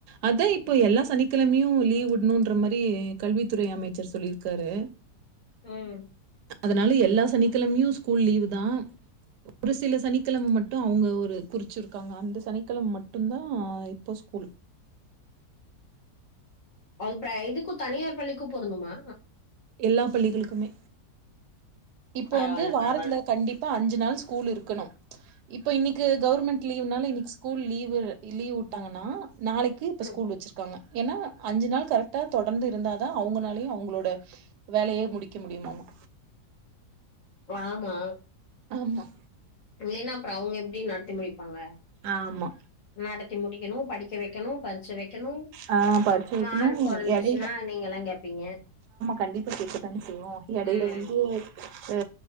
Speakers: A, on the right; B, on the left.
A: அதா இப்போ எல்லா சனிக்கெழமையு லீவ் வுட்ணுன்ற மாரி கல்வித்துறை அமைச்சர் சொல்லிருக்காரு
B: ம்
A: அதுனால எல்லா சனிக்கிழமையு ஸ்கூல் லீவு தா ஒரு சில சனிக்கெழம மட்டு அவுங்க ஒரு குறிச்சி க்காங்க அந்த சனிக்கெழம மட்டுந்தா இப்போ ஸ்கூல்
B: <unintelligible> இதுக்கு தனியார் பள்ளிக்கு பொருந்து மா
A: எல்லா பள்ளிகளுக்குமே இப்ப
B: பரவால்ல
A: வந்து வாரத்துல
B: பரவால்ல
A: கண்டிப்பா அஞ்சு நாள் ஸ்கூல் இருக்கணு இப்ப இன்னைக்கு கவர்மெண்ட் லீவ்னால இன்னைக்கு ஸ்கூல் லீவு லீவ் வுட்டாங்கன்னா நாளைக் க்கு இப்ப
B: ம்
A: ஸ்கூல் வச்சிருக்காங்க ஏனா அஞ்சு நாள் கரெக்டா தொடர்ந்து இருந்தாதா அவங்கனாலயு அவுங்ளோட வேலயே முடிக்க முடியுமாமா
B: வாமா
A: ஆமா
B: இல்லைன்னா அப்றோ அவுங்க எப்டி நடத்தி முடிப்பாங்க
A: ஆமா
B: நடத்தி முடிக்கிணு படிக்க வைக்கணு பரீட்ச் வைக்கணு
A: ஆ பறிச்சு வக்கணு
B: மார்க் கொறஞ்சிச்சுன்னா
A: எடைல
B: நீங்கல்லா கேப்பீங்க
A: கண்டிப்பா கேக்க தான செய்வோ எடைல
B: ம்
A: வந்து அ